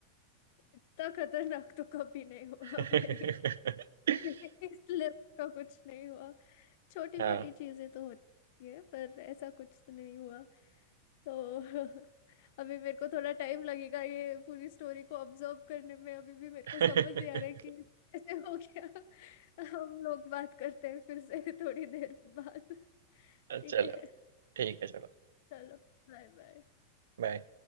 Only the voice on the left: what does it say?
है। इतना खतरनाक तो कभी नहीं हुआ
<laughs> भाई <laughs> इसलिए उसका कुछ नहीं हुआ छोटी
मोटी चीजें तो होती है पर ऐसा कुछ तो नहीं हुआ तो <laughs> अभी मेरे को थोड़ा टाइम लगेगा ये पूरी स्टोरी को ऑब्जर्व करने में अभी भी मेरे
को समझ नहीं आ रहा है कि कैसे हो गया <laughs> हम लोग बात करते हैं फिर से थोड़ी देर बाद ठीक
है
चलो बाय बाय